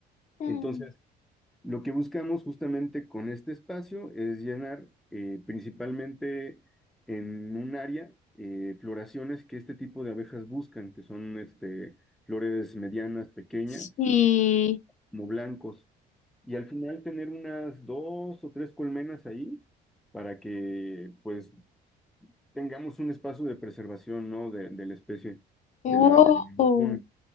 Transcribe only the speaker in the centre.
Entonces, lo que buscamos justamente con este espacio es llenar eh, principalmente en un área eh, floraciones que este tipo de abejas buscan, que son este, flores medianas, pequeñas
como blancos. Y al final tener unas dos o tres colmenas ahí para que pues tengamos un espacio de preservación, ¿no? De, de la especie,
de la, de la megafauna.